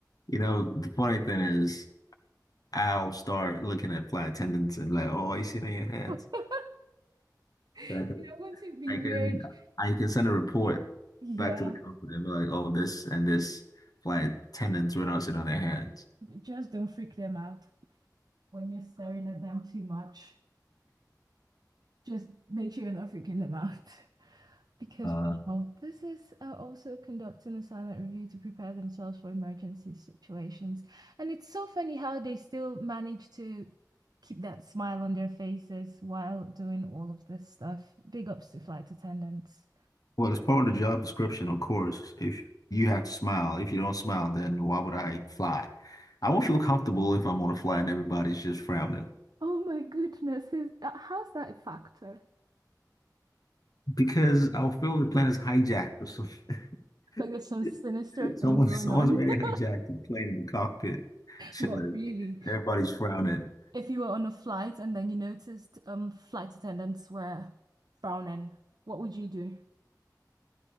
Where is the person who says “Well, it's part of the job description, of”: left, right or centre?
Left